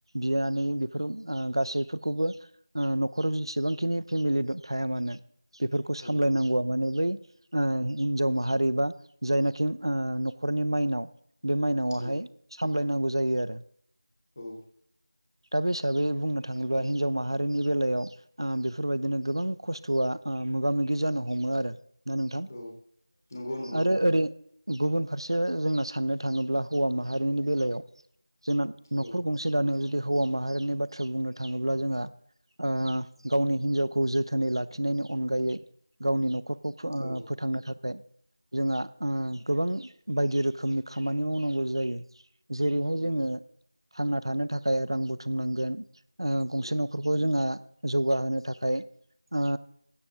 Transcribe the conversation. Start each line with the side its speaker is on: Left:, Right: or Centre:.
Right: बियानै बेफोर ओ गासैफोरखौबो ओ न'खराव जेसेबांखिनि फेमिलि द थाया मानो बेफोरखौ सामलायनांगौआ
Left: औ
Right: माने बै ओ हिनजाव माहारि बा जायनाखि ओ न'ख न'खरनि माइनाव बे माइनावाहाय
Left: औ
Right: सामलायनांगौ जायो आरो
Left: औ
Right: दा बे हिसाबै बुंनो थाङोब्ला हिन्जाव माहारिनि बेलायाव ओ बेफोरबायदिनो गोबां खस्थ'आ ओ मोगा मोगि जानो हमो आरो ना नोंथां?
Left: औ नंगौ नंगौ
Right: आरो
Left: नोंथां
Right: ओरै गुबुन फारसे जोंना साननो थाङोब्ला हौवा माहारिनि बेलायाव जोंना न'खर
Left: औ
Right: गंसे दानायाव जुदि हौवा माहारिनि बाथ्रा बुंनो थाङोब्ला जोंहा ओ गावनि हिनजावखौ जोथोनै लाखिनायनि अनगायै गावनि न'खरखौ फो ओ
Left: औ
Right: फोथांनो थाखाय जोंहा ओ गोबां बायदि रोखोमनि खामानि मावनांगौ जायो जेरैहाय
Left: नंगौ
Right: जोङो थांना थानो थाखाय रां बुथुमनांगोन ओ गंसे
Left: औ
Right: न'खरखौ जोंहा जौगाहोनो थाखाय ओ